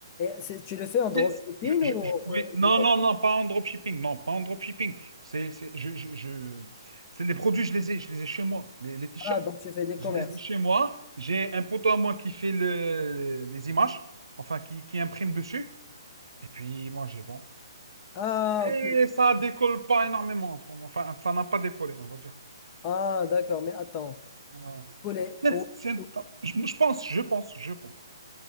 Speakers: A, on the left (about 30°); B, on the right (about 80°).
A: c'est- tu le fais en dropshipping
B: C'est- c'est- je- je-
A: ou, ou-
B: je- oui.
A: ou
B: Non,
A: e-commerce
B: non, non, pas en dropshipping. Non, pas en dropshipping. C'est, c'est, je, je, je- c'est les produits, je les ai, je les ai chez moi. Les, les t-shirts,
A: Ah, donc tu fais des
B: je
A: commerces.
B: les ai chez moi. J'ai un poteau à moi qui fait le- les images, enfin, qui, qui imprime dessus. Et puis, moi, j'ai bon.
A: Ah,
B: Mais
A: ok.
B: ça décolle pas énormément en ce moment. Enfin, ça n'a pas décollé, on va dire.
A: Ah, d'accord, mais attends.
B: Voilà.
A: Pour les-
B: peut
A: ou-
B: c'est-
A: ou-
B: Je, je pense, je pense, je pense.